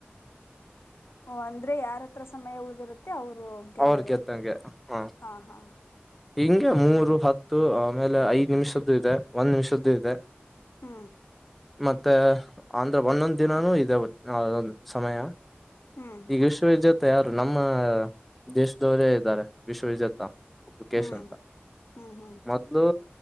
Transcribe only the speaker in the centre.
ಅವ್ರ
ಗೆದ್ದಂಗೆ ಹ
ಹಿಂಗೆ ಮೂರು ಹತ್ತು ಆಮೇಲೆ ಐದ್ ನಿಮಿಷದ್ದು ಇದೆ ಒಂದ್ ನಿಮಿಷದ್ದು ಇದೆ
ಮತ್ತೆ ಅಂದ್ರೆ ಒಂದೊಂದ್ ದಿನಾನೂ ಇದೆ ಅೊಂದ ಸಮಯ
ಈಗಷ್ಟ ಮ ಯಾರು ನಮ್ಮ ದೇಶದವರೇ ಇದ್ದಾರೆ ವಿಶ್ವವಿಜೇತ ಉಪ್ಪು ಕೇಶ
ಅಂತ
ಮೊದ್ಲು